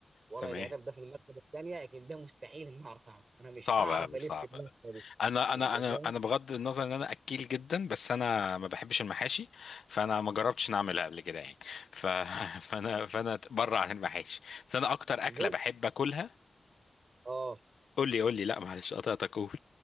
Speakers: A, on the right; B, on the left.
A: ورق
B: تمام
A: العنب ده في المرتبه الثانيه لكن ده مستحيل ان اعرف اعمله انا مش
B: صعبة
A: هعرف
B: أوي
A: الف
B: صعبة
A: في المرتبه
B: أوي.
A: دي
B: أنا أنا
A: انت
B: أنا
A: فاهم
B: أنا بغض النظر إن أنا أكيل جدا بس أنا ما بحبش المحاشي فأنا ما جربتش إن أعملها قبل كده يعني ف... <laughs> فأنا فأنا بره عن المحاشي بس أنا أكتر
A: بص
B: أكلة بحب أكلها
A: اه
B: قول لي قول لي لا معلش قطعتك قول